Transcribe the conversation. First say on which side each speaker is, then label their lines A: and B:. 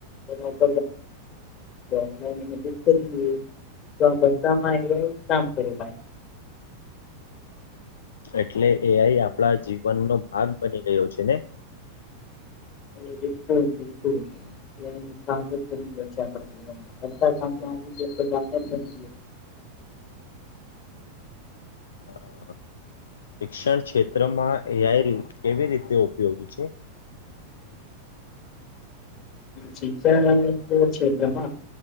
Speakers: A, on the left; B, on the left.
A: ને આપ ઓનલાઈ એ બુક કરી લઈએ. તો બામાં એ એક કામ કર્યું, ભાઈ.
B: એટલે એ. આ. ઈ આપણા જીવનનો ભાગ બની ગયો છે ને.
A: એ બિલકુલ, બિલકુલ. ભાગ જ બની ગયો છે આપણા જીવનમાં. બધા કામમાં આવી જ તો ભાગ જ બની ગયો.
B: હા. શિક્ષણ ક્ષેત્રમાં એ. આ. ઈ કેવી રીતે ઉપયોગી છે?
A: શિક્ષણ ક્ષેત્રમાં.